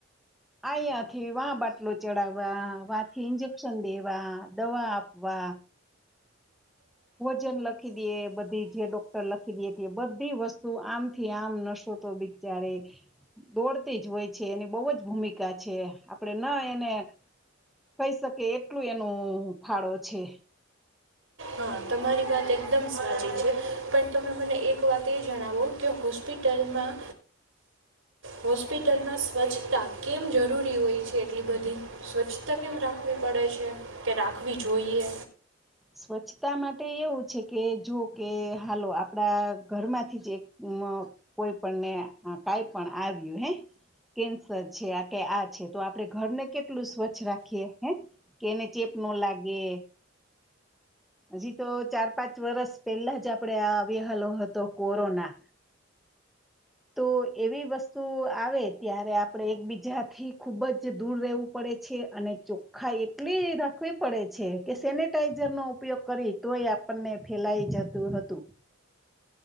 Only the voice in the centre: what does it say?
આયયાથી વા બાટલો ચડાવવા વાહથી ઈન્જેકશન દેવા દવા આપવા ભોજન લખી દયે બધી જે ડોક્ટર લખી દયે કે બધી વસ્તુ આમથી આમ નર્સો તો બિચારે દોડતી જ હોય છે, એની બહુ જ ભૂમિકા છે આપણે ના એને કઈ શકીએ એટલું એનું ફાળો છે.
સ્વચ્છતા માટે એવું છે કે જો કે હાલો આપડા ઘરમાંથી જ એક અ કોઈ પણને કાંઈ પણ આવ્યું હે કેન્સર છે આ કે આ છે તો આપડે ઘરને કેટલું સ્વચ્છ રાખીએ હે કે એને ચેપ નો લાગે હજી તો ચાર પાંચ વર્ષ પેલા જ આપડે આવેલો હતો કોરોના. તો એવી વસ્તુ આવે ત્યારે આપણે એકબીજાથી ખૂબ જ દૂર રહેવું પડે છે અને ચોખ્ખા એટલી રાખવી પડે છે કે સેનેટાઈઝરનો ઉપયોગ કરી તોય આપણને ફેલાય જતું હતું